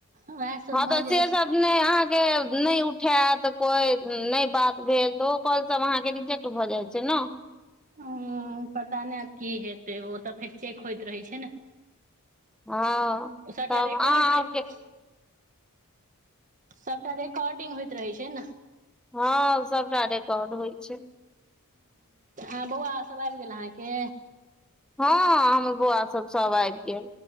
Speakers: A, on the right; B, in the centre.
A: उएह सब
B: हँ
A: भऽ
B: तऽ
A: जाइ
B: से सब
A: छै
B: अहांके नहि उठायत कोइ नहि बात भेल तऽ ओ कौल सब अहांकेे रिजेक्ट भ जाय छै न
A: ह पता नहि की हेतै ओ तऽ फेर चेक होइत रहै छै ने
B: हँ
A: सबटा
B: तब
A: रेेकॉर्ड
B: अहाँ
A: होयत
B: आरके
A: सभटा रिकॉर्डिंग होइत रहै छै ने
B: हँ सबटा रिकॉर्ड होइ छै
A: आ बौआ सब आबि गेल अहाँके
B: हँ हमर बौआ सब सब आबि गेल